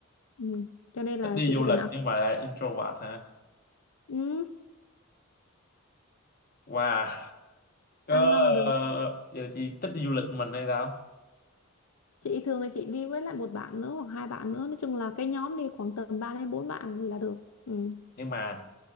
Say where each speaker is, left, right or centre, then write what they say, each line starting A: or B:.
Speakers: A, on the left; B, on the left.
A: Ừ. Cho nên là
B: thích đi
A: chị
B: du
A: chỉ
B: lịch
A: cần ăn,
B: nhưng mà là introvert hả
A: ừ,
B: wow có
A: ăn ngon là được.
B: giờ chị thích đi du lịch mình hay sao
A: Chị thường là chị đi với lại một bạn nữa hoặc hai bạn nữa, nói chung là cái nhóm đi khoảng tầm 3 đến 4 bạn là được. Ừ.
B: nhưng mà